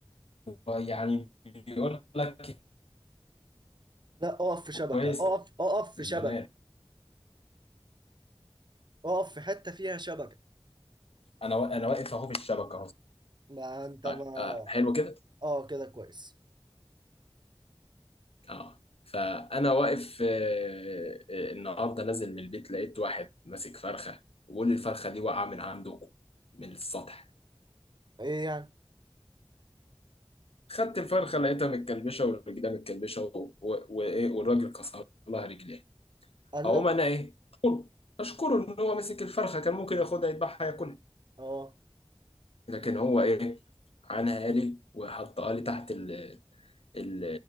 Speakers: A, on the left; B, on the right.
A: يعني بيقول لك
B: لا اقف في شبكة
A: كويسه
B: اقف اقف في
A: البنات
B: شبكة اقف في حتة فيها شبكة
A: انا وا- انا واقف اهو في الشبكه اهو
B: ما انت
A: طيب،
B: ما
A: آه حلو كده
B: اه كده كويس
A: اه فانا واقف آه، آه، النهارده نازل من البيت لقيت واحد ماسك فرخه وبيقول لي الفرخه دي واقعه من عندكم من السطح
B: ايه يعني
A: خدت الفرخه لقيتها متكلبشه والرجلها متكلبشه و- و- وايه والراجل كسر لها رجليها
B: قال
A: اقوم
B: لا
A: انا ايه اشكره اشكره ان هو مسك الفرخه كان ممكن ياخدها يذبحها ياكلها
B: اه
A: لكن هو ايه عنها لي وحطها لي تحت ال ال